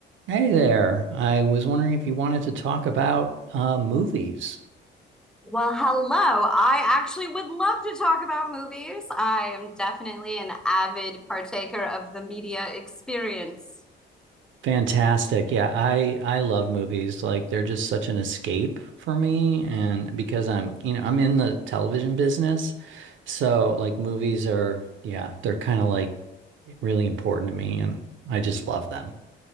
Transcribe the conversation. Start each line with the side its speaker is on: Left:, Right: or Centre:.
Right: Hey there. I was wondering if you wanted to talk about uh, movies.
Centre: Well, hello. I actually would love to talk about movies. I am definitely an avid partaker of the media experience.
Right: Fantastic. Yeah, I I love movies. Like they're just such an escape for me and because I'm, you know, I'm in the television business. So like movies are, yeah, they're kind of like really important to me and I just love them.